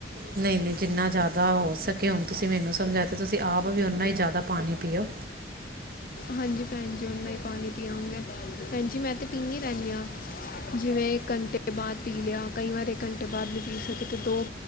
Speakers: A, on the right; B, on the left.
A: ਨਹੀਂ-ਨਹੀਂ, ਜਿੰਨਾ ਜ਼ਿਆਦਾ ਹੋ ਸਕੇ, ਹੁਣ ਤੁਸੀਂ ਮੈਨੂੰ ਸਮਝਾ ਤਾਂ, ਤੁਸੀਂ ਆਪ ਵੀ ਓਨਾ ਹੀ ਜ਼ਿਆਦਾ ਪਾਣੀ ਪੀਓ।
B: ਹਾਂਜੀ ਭੈਣ ਜੀ, ਉਹਨਾਂ ਹੀ ਪਾਣੀ ਪਿਆਂਗੇ, ਭੈਣ ਜੀ ਮੈਂ ਤਾਂ ਪੀਨੀ ਰਹਿੰਦੀ ਹਾਂ। ਜਿਵੇਂ ਇੱਕ ਘੰਟੇ ਬਾਅਦ ਪੀ ਲਿਆ, ਕਈ ਵਾਰ ਇੱਕ ਘੰਟੇ ਬਾਅਦ ਵੀ ਪੀ ਸਕੇ ਤੇ ਦੋ